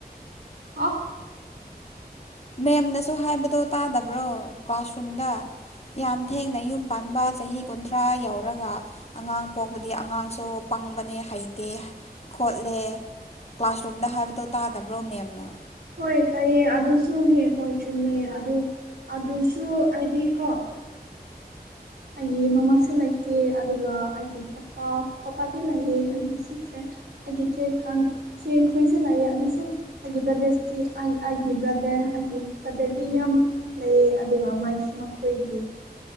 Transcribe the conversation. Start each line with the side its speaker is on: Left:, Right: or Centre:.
Right: ꯑ
Left: ꯃꯦꯝꯅꯁꯨ ꯍꯥꯏꯕꯗꯣ ꯇꯥꯗꯕ꯭ꯔꯣ ꯀ꯭ꯂꯥꯁꯔꯨꯝꯗ ꯌꯥꯝ ꯊꯦꯡꯅ ꯌꯨꯝ ꯄꯥꯟꯕ ꯆꯍꯤ ꯀꯨꯟꯊ꯭ꯔꯥ ꯌꯧꯔꯒ ꯑꯉꯥꯡ ꯄꯣꯛꯄꯗꯤ ꯑꯉꯥꯡꯁꯨ ꯈꯪꯕꯅꯦ ꯍꯩꯇꯦ ꯈꯣꯠꯂꯦ ꯀ꯭ꯂꯥꯁꯔꯨꯝꯗ ꯍꯥꯏꯕꯗꯣ ꯇꯥꯗꯕ꯭ꯔꯣ ꯃꯦꯝꯅ
Right: ꯍꯣꯏ ꯇꯥꯏꯌꯦ ꯑꯗꯨꯁꯨꯍꯦ ꯍꯣꯏ ꯆꯨꯝꯃꯦ ꯑꯗꯨ ꯑꯗꯨꯁꯨ ꯍꯥꯏꯗꯤ ꯀꯣ ꯑꯩꯒꯤ ꯃꯃꯥꯁꯨ ꯂꯩꯇꯦ ꯑꯗꯨꯒ ꯑꯩꯒꯤ ꯄꯄꯥ ꯄꯄꯥꯗꯤ ꯂꯩꯑ ꯑꯩꯒꯤ ꯁꯤꯠꯁꯦ ꯑꯩꯒꯤ ꯆꯦ ꯆꯦ ꯍꯨꯏꯁꯨ ꯂꯥꯛꯑꯦ ꯑꯗꯨꯁꯨ ꯑꯩꯒꯤ ꯕ꯭ꯔꯗꯔꯁꯇꯤ ꯑꯩꯒꯤ ꯕꯗ ꯑꯩꯒꯤ ꯇꯗꯗꯤ ꯌꯥꯝ ꯂꯩꯌꯦ ꯑꯗꯨꯒ ꯃꯥꯒꯤ ꯃꯈꯣꯏꯒꯤ